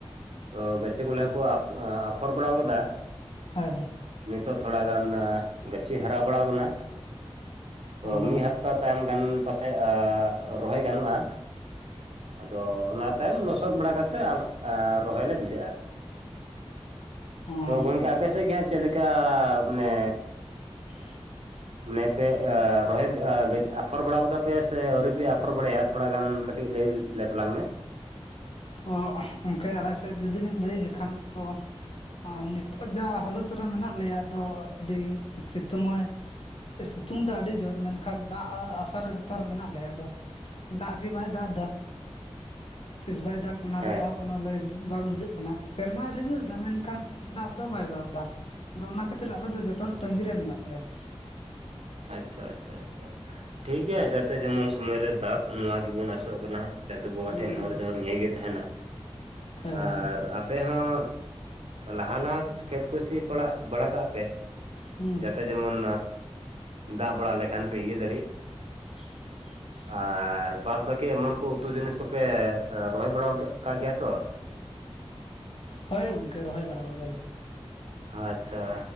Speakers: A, on the right; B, on the left.
A: ᱛᱚ ᱜᱟᱪᱷᱤ ᱠᱚ <unintelligible> ᱞᱮ ᱠᱚ ᱟ ᱟᱸ ᱟᱯᱷᱚᱨ ᱵᱟᱲᱟ ᱟᱠᱟᱫᱟ,
B: ᱦᱮᱸ
A: ᱱᱤᱛᱚᱜ ᱛᱷᱚᱲᱟ ᱜᱟᱱ ᱜᱟᱹᱪᱷᱤ ᱦᱟᱨᱟ ᱵᱟᱲᱟᱣ ᱟᱠᱟᱱᱟ ᱾ ᱛᱚ
B: ᱦᱮᱸ
A: ᱢᱤᱫ ᱦᱟᱯᱛᱟ ᱛᱟᱭᱚᱢ ᱜᱟᱱ ᱯᱟᱥᱮᱡ ᱨᱚᱦᱚᱭ ᱜᱟᱱᱚᱜᱼᱟ, ᱟᱫᱚ ᱚᱱᱟ ᱛᱟᱭᱚᱢ ᱞᱚᱥᱚᱫ ᱵᱟᱲᱟ ᱠᱟᱛᱮ ᱨᱚᱦᱚᱭ ᱞᱮ ᱵᱷᱤᱲᱟᱹᱜᱼᱟ ᱾
B: ᱚ ᱚ
A: ᱛᱚ ᱜᱚᱢᱠᱮ ᱟᱯᱮ ᱥᱮᱫ ᱜᱮ ᱦᱟᱸᱜ ᱪᱮᱫ ᱞᱮᱠᱟ ᱢᱟᱱᱮ
B: <inaudible>
A: ᱢᱟᱱᱮ ᱯᱮ ᱟ ᱨᱚᱦᱚᱭ ᱟ ᱟᱯᱷᱚᱨ ᱵᱟᱲᱟ ᱠᱟᱫᱟ ᱯᱮ ᱥᱮ ᱟᱹᱣᱨᱤ ᱯᱮ ᱟᱯᱷᱚᱨ ᱵᱟᱲᱟᱭᱟ ᱛᱷᱚᱲᱟ ᱜᱟᱱ ᱠᱟᱹᱴᱤᱡ ᱞᱟᱹᱭ ᱞᱮ ᱛᱟᱞᱟᱝ ᱢᱮ ᱾
B: ᱛᱚ ᱜᱚᱝᱠᱮ ᱟᱞᱮ ᱥᱮᱫ ᱡᱩᱫᱤ ᱞᱤᱧ ᱞᱟᱹᱭ ᱞᱮᱠᱷᱟᱱ ᱛᱚ ᱟᱨ ᱱᱤᱛᱚᱜ ᱡᱟ ᱦᱟᱞᱚᱛ ᱨᱮ ᱢᱮᱱᱟᱜ ᱞᱮᱭᱟ ᱫᱚ ᱟᱹᱰᱤ ᱥᱤᱛᱩᱝ ᱟᱭ ᱥᱤᱛᱩᱝ ᱫᱚ ᱟᱹᱰᱤ ᱡᱳᱨ, ᱢᱮᱱᱠᱷᱟᱱ ᱫᱟᱜ ᱟᱥᱟ ᱨᱮ ᱡᱚᱛᱚ ᱦᱚᱲ ᱢᱮᱱᱟᱜ ᱞᱮᱭᱟ ᱟᱫᱚ-ᱼ ᱫᱟᱜ ᱜᱮ ᱵᱟᱭ ᱫᱟᱜ ᱫᱟ, ᱛᱤᱥ ᱵᱟᱭ ᱫᱟᱜ ᱚᱱᱟ
A: ᱦᱮᱸ
B: ᱨᱮᱭᱟᱜ ᱦᱚᱸ ᱠᱳᱱᱳ ᱞᱟᱹᱭ ᱵᱟᱝ ᱵᱩᱡᱷᱟᱹᱜ ᱠᱟᱱᱟ ᱾ ᱥᱮᱨᱢᱟᱭ ᱨᱤᱢᱤᱞ ᱮᱫᱟ, ᱢᱮᱱᱠᱷᱟᱱ ᱫᱟᱜ ᱫᱚ ᱵᱟᱭ ᱫᱟᱜ ᱮᱫᱟ ᱾ ᱟᱫᱚ ᱚᱱᱟ ᱠᱷᱟᱹᱛᱤᱨ ᱟᱞᱮ ᱫᱚ ᱡᱚᱛᱚ ᱦᱚᱲ ᱛᱟᱸᱜᱤ ᱨᱮ ᱢᱮᱱᱟᱜ ᱞᱮᱭᱟ ᱾
A: ᱟᱪᱪᱷᱟ ᱟᱪᱪᱷᱟ ᱟᱪᱪᱷᱟ, ᱴᱷᱤᱠ ᱜᱮᱭᱟ ᱡᱟᱛᱮ ᱡᱮᱢᱚᱱ ᱥᱚᱢᱚᱭ ᱨᱮ ᱫᱟᱜ ᱱᱚᱣᱟ ᱜᱮᱵᱚᱱ ᱟᱥᱚᱜ ᱠᱟᱱᱟ ᱾ ᱪᱟᱸᱫᱚ ᱵᱚᱸᱜᱟ
B: ᱦᱩᱸ
A: ᱴᱷᱮᱱ
B: ᱦᱮᱸ
A: ᱱᱮᱨ ᱡᱚᱦᱟᱨ ᱱᱤᱭᱟᱹ ᱜᱮ ᱛᱟᱦᱮᱱᱟ
B: ᱦᱮᱸ
A: ᱟᱨ ᱟᱯᱮ ᱦᱚᱸ ᱞᱟᱦᱟ ᱞᱟᱦᱟ ᱠᱷᱮᱛ ᱠᱚ ᱥᱤ ᱯᱟᱲᱟᱜ ᱵᱟᱲᱟ ᱠᱟᱜ ᱯᱮ,
B: ᱦᱩᱸ
A: ᱡᱟᱛᱮ ᱡᱮᱢᱚᱱ ᱫᱟᱜ ᱵᱟᱲᱟ ᱞᱮᱠᱷᱟᱱ ᱯᱮ ᱤᱭᱟᱹ ᱫᱟᱲᱮᱜ ᱾
B: <inaudible>
A: ᱟᱨ ᱵᱟᱫ ᱵᱟᱹᱠᱤ ᱮᱢᱚᱱ ᱠᱚ ᱩᱛᱩ ᱡᱤᱱᱤᱥ ᱠᱚᱯᱮ ᱨᱚᱦᱚᱭ ᱵᱟᱲᱟ ᱠᱟᱜ ᱠᱟᱜ ᱜᱮᱭᱟ ᱛᱚ?
B: ᱦᱳᱭ ᱜᱚᱝᱠᱮ, ᱨᱚᱦᱚᱭ ᱵᱟᱲᱟ ᱠᱟᱫᱟᱞᱮ ᱾
A: ᱟᱪᱪᱷᱟ,